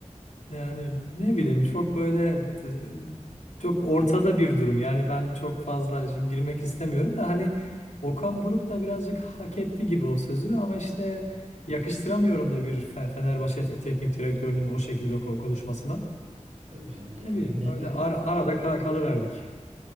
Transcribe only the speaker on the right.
Tabii canım yani
ne
gereği
var?